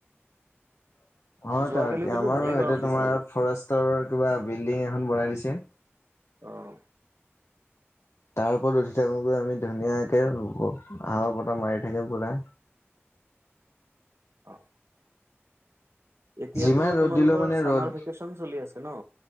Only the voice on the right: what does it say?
যোৱাকালিও কিন্তু ভালে গৰম
দিছিলে
অ'
অ' এতিয়াতো
তোমালোকৰ
চামাৰ
ভেকেশন চলি আছে ন?